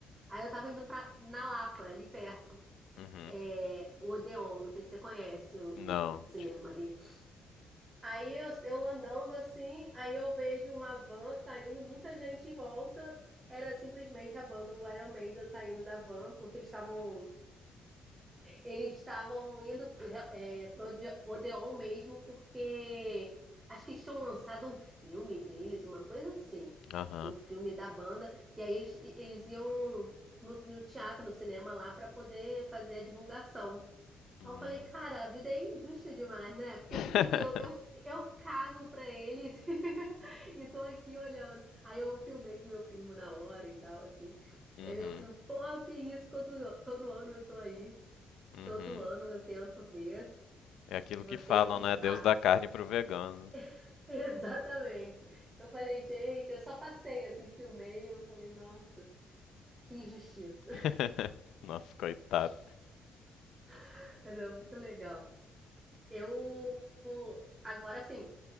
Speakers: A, on the right; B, on the left.
A: Aí eu tava indo pra, na Lapa, ali perto,
B: Uhum.
A: é, o Odeon, não sei se você conhece o,
B: Não.
A: o cinema
B: <laughs> de-
A: ali. Aí eu, eu andando assim, aí eu vejo uma van saindo, muita gente em volta. Era simplesmente a banda, o Iron Maiden saindo da van, porque eles estavam eles estavam indo é, pro Ode- Odeon mesmo, porque acho que eles tinham lançado um filme deles, uma coisa assim,
B: Aham.
A: um filme da banda, e aí eles, eles iam no, no teatro, no cinema lá, para poder fazer a divulgação. Aí
B: Hum.
A: eu falei, cara, a vida é injusta demais, né? Porque,
B: <laughs>
A: tipo assim, eu, eu, eu cago pra eles <laughs> e tô aqui olhando. Aí eu filmei com meu primo na hora e tal, assim.
B: Uhum.
A: E meu primo, pô, que isso, todo, todo ano eu tô aí.
B: Uhum.
A: Todo ano eu tento ver
B: É aquilo
A: e
B: que
A: você
B: falam,
A: esbarra.
B: né? Deus da carne pro vegano.
A: <laughs> Exatamente. Eu falei, gente, eu só passei, assim, filmei. Eu falei, nossa, que injustiça.
B: <laughs> Nossa, coitado.
A: <laughs> Mas é muito legal. Eu, agora, assim.